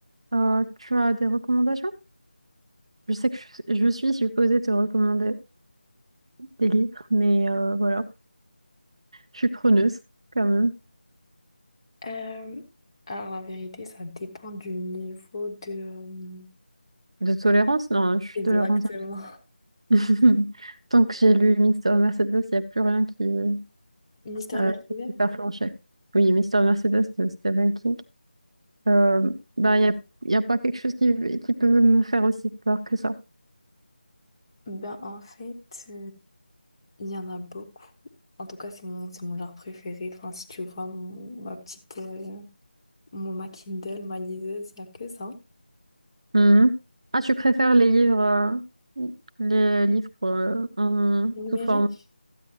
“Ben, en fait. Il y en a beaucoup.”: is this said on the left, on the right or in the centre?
Left